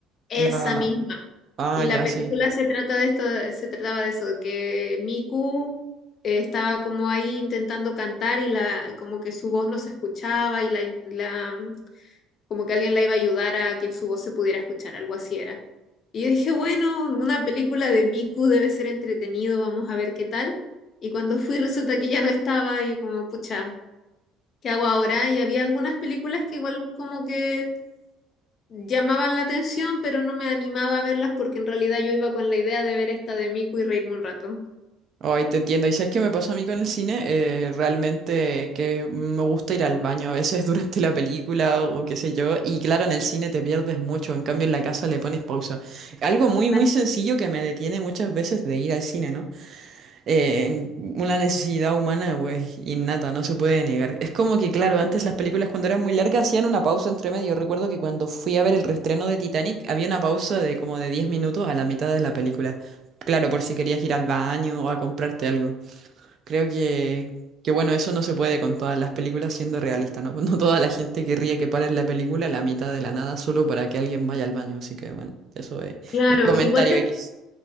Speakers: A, on the left; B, on the right.
A: esa
B: La,
A: misma.
B: Ah,
A: Y la
B: ya,
A: película
B: sí.
A: se trata de esto, se trataba de eso, que Miku eh, estaba como ahí intentando cantar y la, como que su voz no se escuchaba y la, la mm, como que alguien la iba a ayudar a que su voz se pudiera escuchar, algo así era. Y yo dije, bueno, una película de Miku debe ser entretenido, vamos a ver qué tal. Y cuando fui resulta que ya no estaba y como, pucha, ¿qué hago ahora? Y había algunas películas que igual como que llamaban la atención, pero no me animaba a verlas porque en realidad yo iba con la idea de ver esta de Miku y reírme un rato.
B: Ay, te entiendo. ¿Y sabes qué me pasó a mí con el cine? Eh, realmente que me gusta ir al baño a veces <laughs> durante la película o qué sé yo. Y claro, en el cine te pierdes mucho. En cambio, en la casa le pones pausa. Algo muy,
A: Cla-
B: muy sencillo que me detiene muchas veces de ir al cine, ¿no? eh, una necesidad humana, güey, innata, no se puede negar. Es como que, claro, antes las películas cuando eran muy largas hacían una pausa entre medio. Recuerdo que cuando fui a ver el reestreno de Titanic había una pausa de como de 10 minutos a la mitad de la película. Claro, por si querías ir al baño o a comprarte algo. Creo que, que bueno, eso no se puede con todas las películas siendo realista, ¿no? <laughs> No toda la gente querría que paren la película a la mitad de la nada solo para que alguien vaya al baño. Así que bueno, eso es
A: Claro,
B: un comentario
A: igual tengo,
B: X.